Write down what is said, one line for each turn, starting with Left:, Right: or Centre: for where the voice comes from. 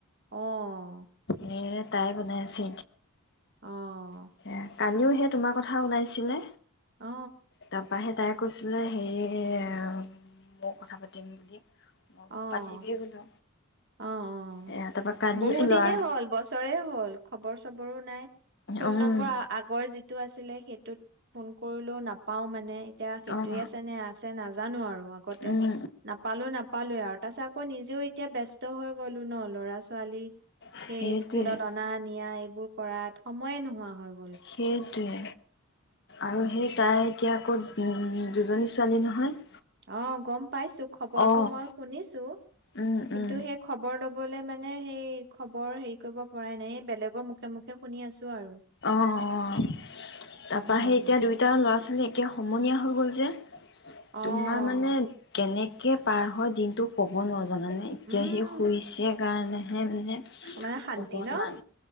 Right: অ'
Left: <unintelligible> তাই বনাই আছে
Right: অ'।
Left: এতিয়া কালিও সে তোমাৰ কথা ওলাইছিলে।
Right: অ
Left: তাপাহে তাই কৈছিলে হেৰি মই কথা পাতিম বুলি। মই বোলো
Right: অ',
Left: পাতিবিয়ে বোলো।
Right: অ', অ',
Left: এ তাৰপৰা কালি
Right: বহুদিনে
Left: ল'ৰা
Right: হ'ল, বছৰে হ'ল, খবৰ চবৰো নাই ফোন
Left: উম
Right: নম্বৰ আগ গৰ যিটো আছিলে সেইটোত ফোন কৰিলেও নাপাওঁ মানে এতিয়া সেইটোৱে
Left: অ'
Right: আছে নে আছে নাজানো আৰু আগতে
Left: উম
Right: নাপালো নাপ পালোৱে আৰু তাৰপাছত আকৌ নিজেও এতিয়া ব্যস্ত হৈ গ'লো ন। ল'ৰা ছোৱালী
Left: সেইটোৱে
Right: সেই স্কুলত অনা নিয়া এইবোৰ কৰাত সময়ে নোহোৱা হয়।
Left: সেইটোৱে। আৰু সেই তাই এতিয়া আকৌ উম দুজনী ছোৱালী নহয়।
Right: অ', কম পাইছো খবৰটো
Left: অ'
Right: মই শুনিছো,
Left: উম উম
Right: কিন্তু সেই খবৰ ল'ব বলে মানে হেই খবৰ হেৰি কৰিব পৰাই নাই বেলেগৰ মুখে, মুখে শুনি আছো আৰু
Left: অ', অ', তাপা
Right: উম
Left: সেই এতিয়া দুইটা ল'ৰা ছোৱালী একে সমনীয়া হৈ গ'ল যে।
Right: অ',
Left: তোমাৰ মানে কেনে কে পাৰ হয়, দিনটো ক'ব নোৱা জানানে এতিয়া
Right: উম,
Left: সি শুইছে কাৰণে মানে
Right: মানে শান্তি
Left: অকণমান।
Right: ন?